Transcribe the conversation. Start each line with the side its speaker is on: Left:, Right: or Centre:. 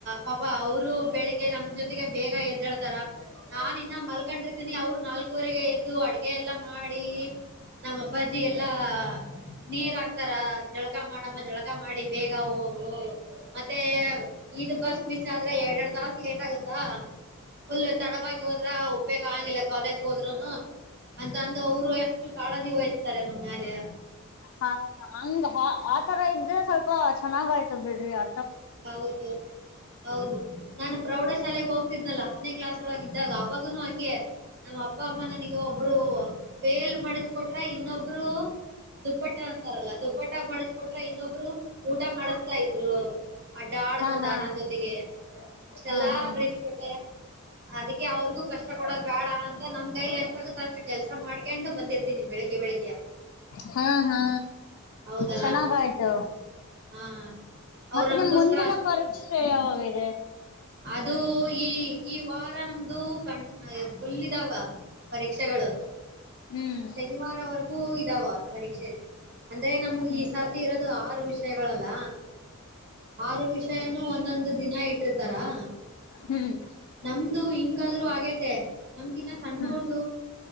Right: ಪಾಪ ಅವ್ರು ಬೆಳಿಗ್ಗೆ ನಮ ಜೊತೆಗೆ ಬೇಗ ಎದ್ದೇಳ್ತಾರ. ನಾನಿನ್ನ ಮಲ್ಕೊಂಡಿರ್ತೀನಿ ಅವ್ರ ನಾಲ್ಕವರೆಗೆ ಎದ್ದು ಅಡ್ಗೆ ಎಲ್ಲಾ ಮಾಡಿ. ನಮ್ಮ ಅಪ್ಪಾಜಿ ಎಲ್ಲಾ ನೀರ್ ಹಾಕ್ತಾರ ಜಳಕ ಮಾಡಮ್ಮ ಜಳಕ ಮಾಡಿ. ಬೇಗ ಹೋಗು ಮತ್ತೇ. ಇಟು ಬಸ್ ಮಿಸ್ ಆದ್ರ ಎರ್ಡ್ ಎರ್ಡ್ ತಾಸ್ ಲೇಟ್ ಆಗತ್ತಾ. ಫುಲ್ ತಡವಾಗಿ ಹೋದ್ರ ಉಪೇಗ ಆಂಗಿಲ್ಲ ಕಾಲೇಜ್ಗೆ ಹೋದ್ರುನು. ಅಂತಂದು ಅವ್ರು ಎಷ್ಟು ಕಾಳಜಿ ವಹಿಸ್ತಾರೆ ನಮ್ಮ ಮ್ಯಲೆ.
Left: ಹಾ ಹಂಗ ಹ ಆತರ ಇದ್ರೆ ಸ್ವಲ್ಪ ಚೆನ್ನಾಗ ಆಯ್ತದ ಬಿಡ್ರಿ ಆ
Right: ಹೌದು ಹೌದು ನಾನು ಪ್ರೌಢ ಶಾಲೆೆಗೆ ಹೋಗ್ತಿದ್ನಲ್ಲಾ. ಹತ್ನೇ ಕ್ಲಾಸ್ ಒಳಗ ಇದ್ದಾಗ ಅವಾಗನು ಹಂಗೆ ನಮ್ಮ ಅಪ್ಪ ಅಮ್ಮ ನನಗ ಒಬ್ರು ಪೇಲ್ ಮಾಡಿ ಕೊಟ್ರ ಇನ್ನೊಬ್ರು. ದುಪ್ಪಟ್ಟ ಅಂತಾರಲ್ಲ ದುಪ್ಪಟ್ಟ ಮಾಡಚ್ಕೊಟ್ರೆ ಇನ್ನೊಬ್ರು ಊಟ ಮಾಡಸ್ತಾ ಇದ್ರು. ಡಾಡ್ಕೋತಾರ
Left: ಹಾ ಹಾ
Right: ನನ್ ಜೊತೆಗೆ ಇಷ್ಟೆಲ್ಲಾ
Left: ಹಾ ಹಾ
Right: ಪ್ರೀತಿ ಕೊಟ್ಟಾರ ಅದಿಕ್ಕೆ. ಅವ್ರುಗೂ ಕಷ್ಟ ಕೊಡದ್ ಬ್ಯಡ ಅಂತ ನಮ್ ಕೈಲಿ ಎಷ್ಟಾಗತ್ತ ಅಸ್ಟಿ ಕೆಲ್ಸ ಮಾಡ್ಕಿಂಡು ಬಂದಿರ್ತೀನಿ ಬೆಳಿಗ್ಗೆ ಬೆಳಿಗ್ಗೆ.
Left: ಹ್ಮಾ ಹ್ಮಾ
Right: ಹೌದಲ್ಲ
Left: ಚೆನ್ನಾಗ ಆಯ್ತು.
Right: ಹಾ ಅವ್ರು
Left: ಮತ್ತೆ
Right: ನಮ್ಗೋಸ್ಕರ
Left: ನಿಮ್ಮ್ ಮುಂದಿನ
Right: ಅಷ್ಟ
Left: ಪರೀಕ್ಷೆ ಯಾವಾಗಿದೆ.
Right: ಅದು ಈ ಈ ವಾರ ನಮ್ದು ಕಣ ಫುಲ್ ಇದಾವ ಪರೀಕ್ಷೆಗಳು
Left: ಹ್ಮ್
Right: ಸೆ ಶನಿವಾರವರೆಗೂ ಇದಾವ ಪರೀಕ್ಷೆ. ಅಂದ್ರೆ ನಮ್ಗ್
Left: ಹ್ಮ್
Right: ಈ ಸರ್ತಿ ಇರೋದು ಆರು ವಿಷಯಗಳಲ್ಲ. ಆರು ವಿಷಯನೂ ಒಂದೊಂದು ದಿನ ಇಟ್ಟ್ರ ಆ
Left: ಹ್ಮ್
Right: ನಮ್ದು ಹಿಂಗಾದ್ರು ಆಗೇತೆ ನಮ್ಗಿನ್ನ ಸಣ್ಣೋರ್ದ
Left: ಹ್ಮ್